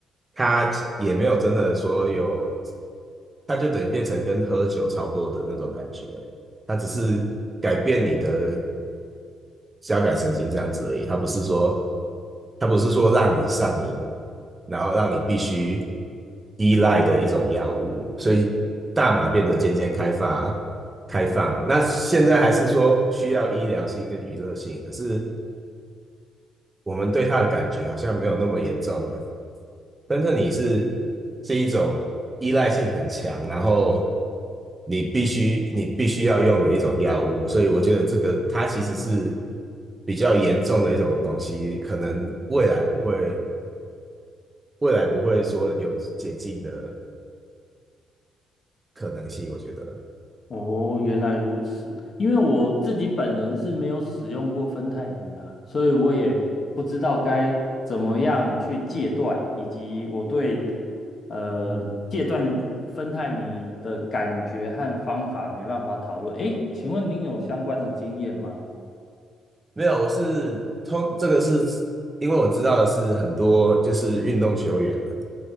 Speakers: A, on the right; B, on the left.
A: 它也没有真的说有，它就等于变成跟喝酒差不多的那种感觉，它只是改变你的。交感神经这样子而已，它不是说它不是说让你上瘾，然后让你必须依赖的一种药物，所以大麻变得渐渐开发开放。那现在还是说需要医疗性跟娱乐性，可是我们对它的感觉好像没有那么严重了。但是你是是一种依赖性很强，然后你必须你必须要用的一种药物，所以我觉得这个它其实是比较严重的一种东西，可能未来不会未来不会说有解禁的可能性，我觉得。
B: 哦，原来如此。因为我自己本人是没有使用过芬太尼啊，所以我也不知道该怎么样去戒断，以及我对呃戒断芬太尼的感觉和方法没办法讨论。
A: 嗯，
B: 诶，请问您有相关的经验吗？
A: 没有，我是通这个是因为我知道的是很多就是运动球员了，